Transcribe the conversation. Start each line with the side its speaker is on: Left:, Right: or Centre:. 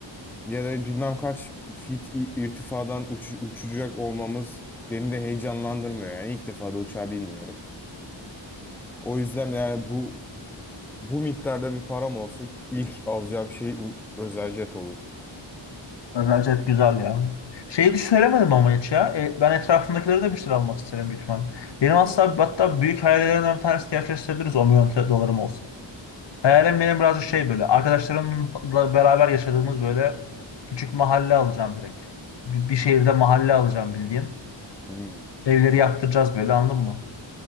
Centre: ya da bilmem kaç fit i- irtifadan uç- uçacak olmamız beni de heyecanlandırmıyor. Yani ilk defa da uçağa binmiyorum. O yüzden yani bu bu miktarda bir param olsa ilk alacağım şey u- özel jet olur.
Left: Özellikle güzel ya. Şeyi hiç söylemedim ama hiç ya. E, ben etrafımdakileri de bir şeyler almak isterim büyük ihtimalle. Benim aslında hatta büyük hayallerimden bir tanesi gerçekleştirebiliriz 10 milyon te- dolarım olsun. Hayalim benim biraz şey böyle. Arkadaşlarımla beraber yaşadığımız böyle küçük mahalle alacağım direkt. Bir, bir şehirde mahalle alacağım bildiğin.
Centre: Hmm.
Left: Evleri yaktıracağız böyle anladın mı?